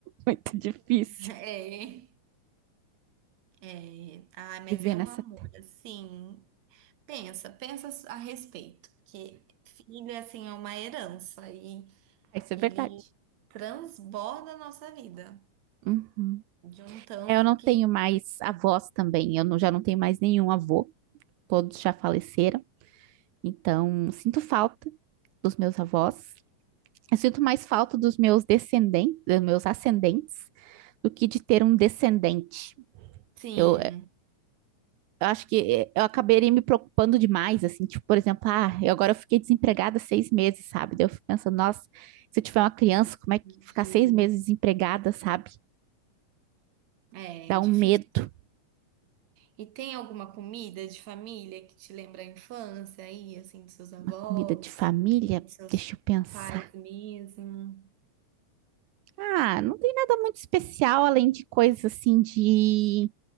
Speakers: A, on the right; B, on the right.
A: Muito difícil
B: <laughs> é, é... Ah, mas
A: viver
B: é
A: nessa
B: um amor,
A: Terra.
B: assim, pensa, pensa a respeito, que filho, assim, é uma herança e
A: Ah, Isso é
B: ele
A: verdade.
B: transborda a nossa vida.
A: Hum.
B: De um tanto
A: É, Eu não
B: que.
A: tenho mais avós também. Eu não- já não tenho mais nenhum avô. Todos já faleceram. Então, sinto falta dos meus avós. Eu sinto mais falta dos meus descendentes, dos meus ascendentes, do que de ter um descendente.
B: Sim,
A: Eu, Eu acho que eh, eu acabaria me preocupando demais, assim, tipo, por exemplo, ah, eu agora eu fiquei desempregada seis meses, sabe? Daí eu fico pensando, nossa, se eu tiver uma criança, como é que ficar
B: filho.
A: seis meses desempregada, sabe?
B: É,
A: Dá
B: é
A: um
B: difícil.
A: medo.
B: E tem alguma comida de família que te lembra a infância aí, assim, dos seus avós,
A: Uma comida de família,
B: dos seus
A: deixa eu pensar.
B: pais mesmo?
A: Ah, não tem nada muito especial, além de coisas assim de,